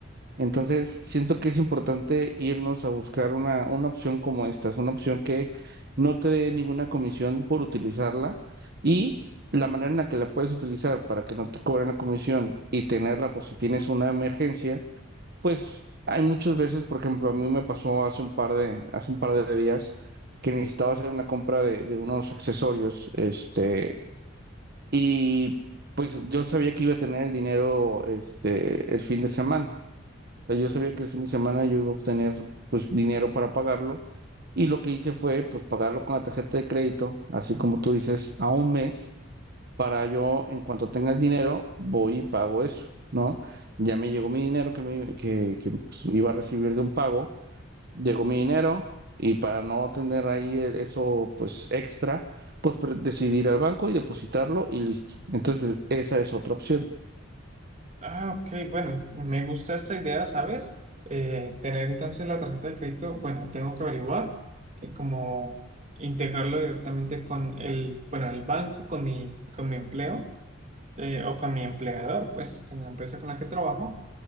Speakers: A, on the right; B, on the right.
A: Entonces, siento que es importante irnos a buscar una, una opción como esta, es una opción que no te dé ninguna comisión por utilizarla y la manera en la que la puedes utilizar para que no te cobren la comisión y tenerla por si tienes una emergencia, pues hay muchas veces, por ejemplo, a mí me pasó hace un par de, hace un par de días que necesitaba hacer una compra de, de unos accesorios, este, y pues yo sabía que iba a tener el dinero, este, el fin de semana sea, yo sabía que el fin de semana yo iba a obtener pues dinero para pagarlo y lo que hice fue pues pagarlo con la tarjeta de crédito, así como tú dices, a un mes para yo en cuanto tenga el dinero voy y pago eso, ¿no? Ya me llegó mi dinero que, me, que, que, pues, iba a recibir de un pago, llegó mi dinero y para no tener ahí el- eso pues extra, pues pre- decidí ir al banco y depositarlo y listo. Entonces esa es otra opción.
B: Ah, ok, bueno, me gusta esta idea, ¿sabes? Eh, tener entonces la tarjeta de crédito, bueno, tengo que averiguar eh, cómo integrarlo directamente con el, bueno, el banco, con mi, con mi empleo eh, o con mi empleador, pues, con la empresa con la que trabajo.